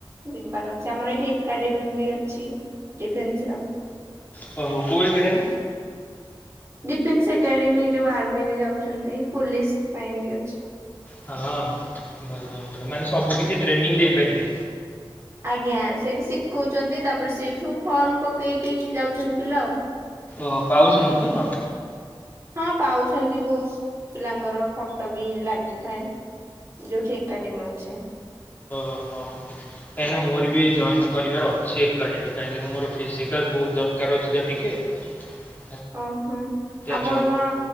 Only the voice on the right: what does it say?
ଯିବାର ଅଛି ଆମର ଏଇଠି ଏକାଡେମୀ ବି ଅଛି ଡିଫେନ୍ସର।
ଡିଫେନ୍ସ ଏକାଡେମୀ ଯୋଉ ଆର୍ମିରେ ଯାଉଚନ୍ତି ପୋଲିସ ପାଇଁ ବି ଅଛି।
ଆଜ୍ଞା ସେଇଠି ଶିଖଉଚନ୍ତି ତାପରେ ସେଇଠୁ ଫର୍ମ ପକେଇକି ଯାଉଚନ୍ତି ପିଲା ଆଉ।
ହଁ ପାଉଛନ୍ତି ବହୁସୁ ପିଲାଙ୍କର ଫଟୋ ବି ଲାଗିଥାଏ। ଯୋଉଠି ଏକାଡେମୀ ଅଛି।
ଓହୁଁ
ଆପଣ
କଣ